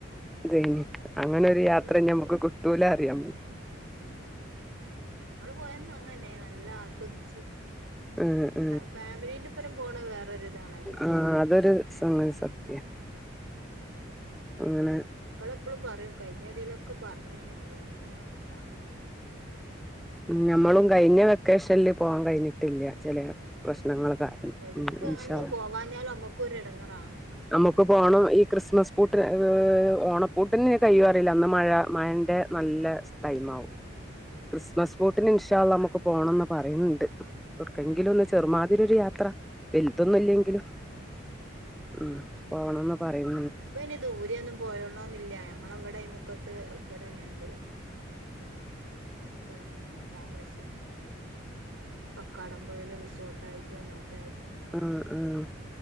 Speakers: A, in the centre; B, on the right.
A: ഇതയ്നി അങ്ങനെരു
B: ഞങ്ങള്
A: യാത്ര ന്നിമ്മക്ക് കിട്ടൂല അറിയാ
B: ഞങ്ങള് പോയന്നും അങ്ങന്നെയ്നു നല്ല ആസ്വദിച്ചയന്‌
A: ഉം ഉം
B: ഫാമിലിന്റെപ്പരം പോണത് വേറൊരിതാണല്ലോ
A: ആഹ് അതൊരു സംഗതി
B: അത്
A: സത്യ അങ്ങനെ
B: മക്കളെപ്പളും പറീം കഴിഞ്ഞതിലൊക്കെ പറഞ്ഞീനു അപ്പ അങ്ങനെ <inaudible> പറഞ്ഞു പിന്നെന്നു
A: ഉം ഞമ്മളും കഴിഞ്ഞ വെക്കേഷനിൽ പോവാം കഴിഞ്ഞിട്ടില്ല ചെലേ പ്രശ്നങ്ങൾ കാരണം
B: എടുക്കും
A: ഉം ഇൻഷാ
B: അങ്ങനന്നും പോവാഞ്ഞാലും അമ്മക്കു ഒരു എടങ്ങറാണ്
A: നമ്മക്ക് പോണം ഈ ക്രിസ്മസ് പൂട്ടിനു ഓണപ്പൂട്ടിനു കയ്യോ അറീല്ല അന്ന് മഴ മഴന്റെ നല്ല സ്ഥൈമാവും ബസ് ബോട്ടിന് ഇൻഷാ അല്ലാഹ് നമുക്ക് പോകണംന്ന് പറണിണ്ട്. എടുക്കങ്കിലും ഒന്ന് ചെറുമാതിരി ഒരു യാത്ര. വൽതൊന്നുല്ലെങ്കിലും
B: ഉം ഉം ഉം
A: ഉം പോണംന്ന് പറയു
B: ഇപ്പനി ദൂരെന്നും പോയോണോന്നില്ല ഞങ്ങളവിടെ ഈ മുക്കത്ത് ഇവിടെന്നെണ്ട്. അ തുടങ്ങുന്ന താമരശ്ശേരി അവിടെ.. കക്കാടം പോയെല് റിസോർട്ടായിറ്റും മറ്റായി
A: ഉം ഉം